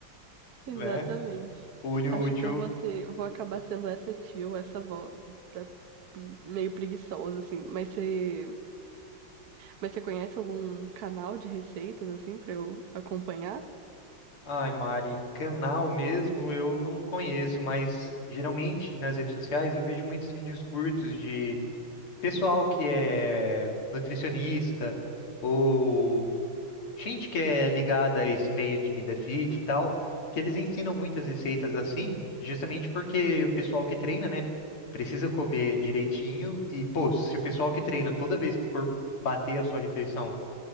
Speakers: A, on the right; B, on the left.
A: Exatamente.
B: né? Une
A: Acho
B: o útil.
A: que eu vou ser, vou acabar sendo essa tia ou essa avó da- meio preguiçosa, assim. Mas você, mas você conhece algum canal de receitas, assim, pra eu acompanhar?
B: Ai, Mari, canal mesmo eu não conheço, mas geralmente nas redes sociais eu vejo muitos vídeos curtos de pessoal que é nutricionista ou gente que é ligada a esse meio de vida fit e tal, que eles ensinam muitas receitas assim, justamente porque o pessoal que treina, né, precisa comer direitinho e, pô, se o pessoal que treina toda vez que for bater a sua refeição